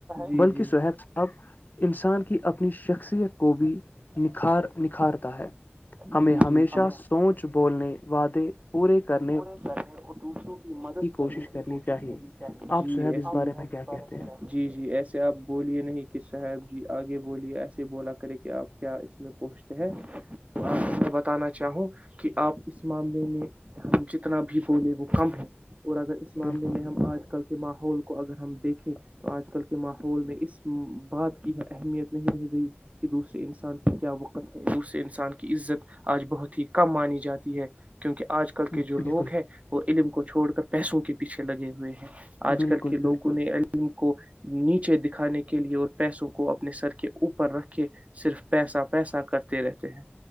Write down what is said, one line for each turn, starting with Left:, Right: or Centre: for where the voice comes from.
Right: جی
Left: بلکہ
Right: جی
Left: سہیب صاحب انسان کی اپنی شخصیت کو بھی نکھار نکھارتا ہے ہمیں
Right: جی
Left: ہمیشہ
Right: جی جی
Left: سوچ بولنے وعدے پورے کر
Right: پورے کرنے اور دوسروں کی مدد
Left: کوشش
Right: کرنے کی
Left: کرنی
Right: کوشش
Left: چاہیے
Right: کرنی چاہیے
Left: آپ
Right: جی
Left: صہیب
Right: ایسی
Left: اس بارے میں کیا کہتے ہیں
Right: جی جی ایسے آپ بولیے نہیں صاب جی آگے بولیے ایسے بولا کرے کہ آپ کیا اس میں پہنچتے ہیں تو آپ بتانا چاہوں کہ آپ اس معاملے میں ہم جتنا بھی بولے وہ کم ہے اور اگر اس معاملے
Left: بالکل
Right: میں ہم آج کل کے ماحول کو اگر ہم دیکھیں تو آج کل کے ماحول میں اس بات کی اہمیت نہیں رہ گئی کہ دوسرے انسان کی کیا وقت اسے انسان کی عزت آج بہت ہی کم مانی جاتی ہے کیونکہ آج کل
Left: بالکل
Right: کے جو
Left: بالکل
Right: لوگ ہیں وہ علم کو چھوڑ کر پیسوں کے پیچھے لگے ہوئے ہیں آج
Left: بالکل
Right: کل کے لوگوں
Left: بالکل
Right: نے علم کو نیچے دکھانے کے لیے اور پیسوں کو اپنے سر کے اوپر رکھ کے صرف پیسا پیسا کرتے رہتے ہیں